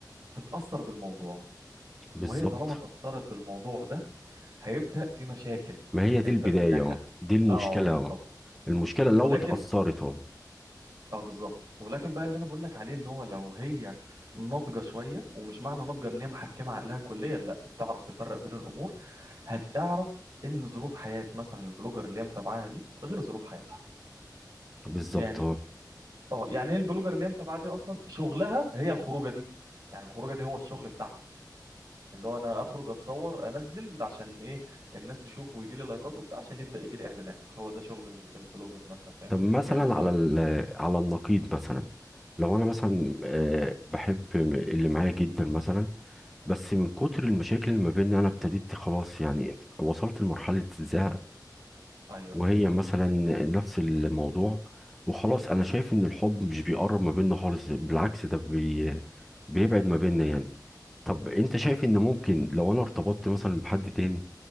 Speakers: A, on the right; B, in the centre.
A: تتأثر بالموضوع
B: بالظبط
A: وهي طالما اتأثرت بالموضوع ده هيبدأ في مشاكل
B: ما هي دي
A: هيبدأ
B: البداية
A: في نكد
B: اه دي المشكلة
A: اه بالظبط
B: اه المشكلة لو
A: ولكن
B: اتأثرت اه
A: اه بالظبط ولكن بقى اللي انا بقول لك عليه ان هو لو هي ناضجه شويه ومش معنى ناضجه ان هي محكمه عقلها كليا لا بتعرف تفرق بين الامور هتعرف ان ظروف حياه مثلا البلوجر اللي هي متابعاها دي غير ظروف حياتها
B: بالظبط
A: يعني
B: اه
A: اه يعني هي البلوجر اللي هي متابعاها دي اصلا شغلها هي الخروجه دي يعني الخروجه دي هو الشغل بتاعها اللي هو انا اخرج اتصور انزل عشان ايه الناس تشوف ويجي لي لايكات وبتاع عشان يبدا يجي لي اعلانات هو ده شغل ال- البلوجر مثلا فاهم
B: طب مثلا
A: فهي مثلا
B: على ال- على النقيض مثلا لو انا مثلا
A: امم
B: آه، بحب اللي معايا جدا مثلا بس من كتر المشاكل اللي ما بيننا انا ابتديت خلاص يعني وصلت لمرحلة زهق
A: ايوه
B: وهي
A: ايوه
B: مثلا نفس الموضوع وخلاص انا شايف ان الحب مش بيقرب ما بيننا خالص بالعكس ده بي بيبعد ما بيننا يعني طب انت شايف ان ممكن لو انا ارتبطت مثلا بحد تاني